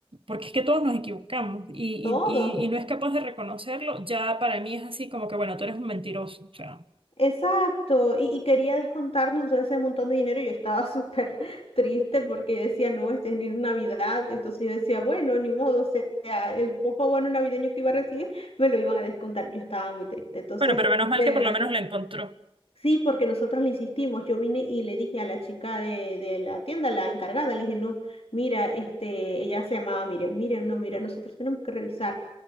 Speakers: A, on the right; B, on the left.
A: porque es que todos nos equivocamos y,
B: todo.
A: y, y, y no es capaz de reconocerlo, ya para mí es así como que, bueno, tú eres un mentiroso, o sea,
B: Exacto, y, y quería descontarnos todo ese montón de dinero y yo estaba súper <laughs> triste porque yo decía, no, este es Navidad, entonces yo decía, bueno, ni modo, o sea, el poco bono navideño que iba a recibir me lo iban a descontar, yo estaba muy triste, entonces,
A: Bueno, pero menos mal
B: de
A: que
B: verdad
A: por lo menos la encontró.
B: Sí, porque nosotros le insistimos. Yo vine y le dije a la chica de, de la tienda, la encargada, le dije, no, mira, este, ella se llamaba Miriam, Miriam, no, mira, nosotros tenemos que revisar.